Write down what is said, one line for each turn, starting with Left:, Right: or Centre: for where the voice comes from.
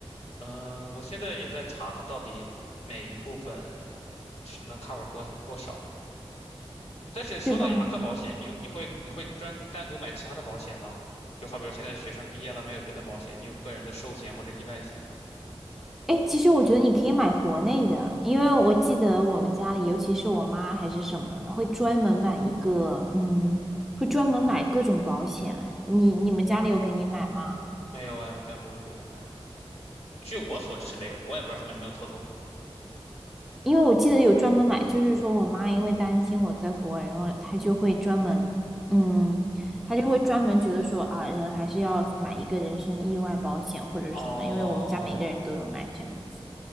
Left: 嗯，我现在也在查它到底每一部分是能 cover 多多少。但是说到牙科保险，
Centre: 对吧？
Left: 你你会你会专单独买其他的保险吗？就好比说现在学生毕业了，没有别的保险，你有个人的寿险或者意外险吗？
Centre: 哎，其实我觉得你可以买国内的，因为我记得我们家里，尤其是我妈还是什么，会专门买一个，嗯，会专门买各种保险。哎，你你们家里有给你买吗？
Left: 没有哎，我家不会给我买的。据我所知是没有的，我也不知道他们有没有偷偷买。
Centre: 因为我记得有专门买，就是说我妈因为担心我在国外，然后她就会专门，嗯，她就会专门觉得说啊，人还是要买一个人身意外保险或者是什么，
Left: 哦，
Centre: 因为我们家每个人都有买这样子。